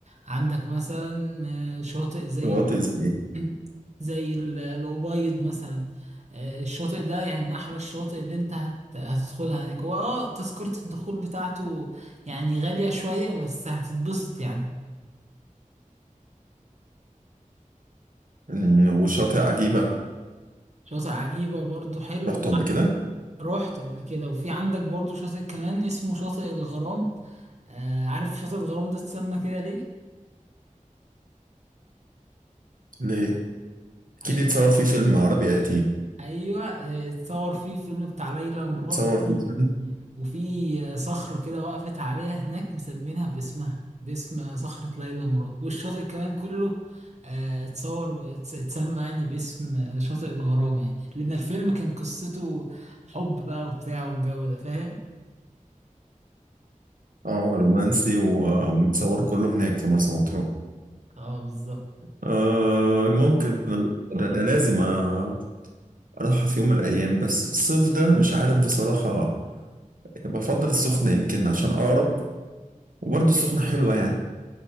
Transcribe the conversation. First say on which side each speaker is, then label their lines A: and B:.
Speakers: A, on the right; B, on the right.
A: عندك مثلا آه، شواطئ زي
B: شواطئ زي إيه؟
A: <clears throat> زي ال- الأبيض مثلا آه، الشاطئ ده يعني من أحلى الشواطئ اللي أنت هت... هتدخلها هناك هو اه تذكرة الدخول بتاعته يعني غالية شوية بس هتتبسط يعني
B: إن- وشاطئ عجيبة
A: شاطئ عجيبة برضو حلو
B: رحت قبل كده؟
A: رحت قبل كده وفي عندك برضو شاطئ كمان اسمه شاطئ الغرام آه عارف شاطئ الغرام ده اتسمى كده ليه؟
B: ليه؟
A: عشان
B: أكيد يتصور فيه فيلم عربي قديم
A: ايوه آه، اتصور فيه فيلم بتاع ليلى ومراد
B: اتصور
A: وفي
B: فيه فيلم
A: وفي آه، صخرة كده وقفت عليها هناك مسمينها باسمها باسم صخرة ليلى مراد والشاطئ كمان كله آه، اتصور اتس- اتسمى يعني باسم آه، شاطئ الغرام يعني لأن الفيلم كان قصته حب بقى وبتاع والجو ده فاهم؟
B: آه رومانسي و- ومتصور كله هناك في مرسى مطروح
A: اه بالظبط
B: آه ممكن ده, ده لازم آه، اروحها في يوم من الايام بس الصيف ده مش عارف بصراحة بفضل السخنة يمكن عشان اقرب وبرضه السخنة حلوة يعني